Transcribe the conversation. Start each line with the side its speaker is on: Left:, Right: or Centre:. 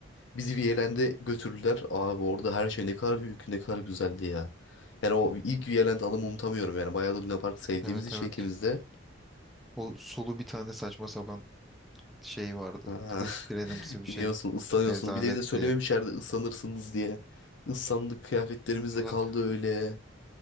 Left: Bizi Viyelen'de götürdüler. Abi orada her şey ne kadar büyük, ne kadar güzeldi ya. Yani o ilk Viyeland anımı unutamıyorum yani. Bayağı da Luna Park sevdiğimiz
Centre: Evet
Left: için
Centre: evet.
Left: ikimiz de
Centre: O sulu bir tane saçma sapan şey vardı.
Left: Aha.
Centre: Kız trenimsi
Left: <laughs>
Centre: bir
Left: İniyorsun,
Centre: şey.
Left: ıslanıyorsun.
Centre: Rezalet
Left: Bir de bize söylememiş
Centre: diye.
Left: yerde ıslanırsınız diye. Islandık, kıyafetlerimiz
Centre: Evet.
Left: de kaldı öyle.